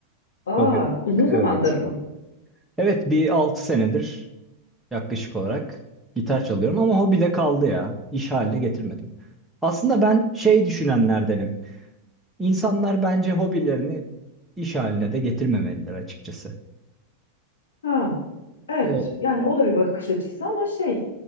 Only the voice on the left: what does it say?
Aa,
uzun zamandır
mı?
Ha, evet.
Yani o da bir bakış açısı ama şey,